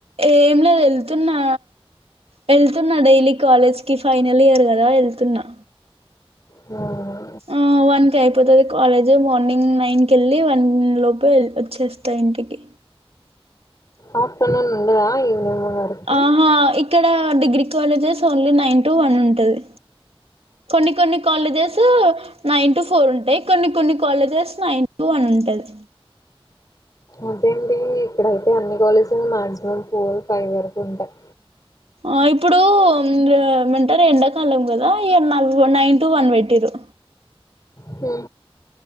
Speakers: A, on the right; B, on the left.
A: ఏం లేదు వెళ్తున్నా వెళ్తున్నా డైలీ కాలేజ్ కి ఫైనల్ ఇయర్ కదా వెళ్తున్నా
B: ఆ
A: ఆ వన్ కి అయిపోతుది కాలేజ్ మార్నింగ్ నైన్ క వెళ్ళి వన్ లోప వచ్చేస్తా ఇంటికి
B: ఆపన ఉండదా కొన్నమకు
A: ఆహా ఇక్కడ degree colleges only nine to one ఉంటది కొన్ని కొన్ని కజ్స్ నైన్ ఫోర్ ఉంటాయి కొన్ని కొన్ని కాలేజెస్ నైన్ వన్ ఉంటది
B: అదే అండి ఇక్కడయితే అన్ని కాలేజీలు మాక్సిమం ఫోర్ ఫైవ్ వరకు ఉంటాయి
A: ఆ ఇప్పుడు ఏమంటారు ఎండాకాలం కదా ఇ నైన్ టు వన్ పెట్టిరు
B: హ